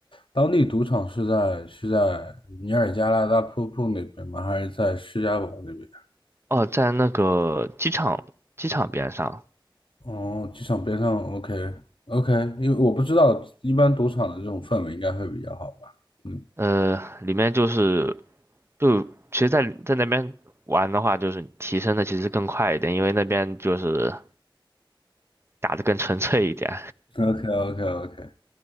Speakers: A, on the left; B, on the right.
A: 当地赌场是在是在尼尔加拉大瀑布那边吗？还是在施家堡那边？
B: 哦，在那个机场机场边上，
A: 哦，机场边上，OK OK，因为我不知道，一般赌场的这种氛围应该会比较好吧？嗯
B: 呃，里面就是就其实在，在那边玩的话，就是提升的其实更快一点，因为那边就是打的更纯粹一点。
A: ，OK OK OK。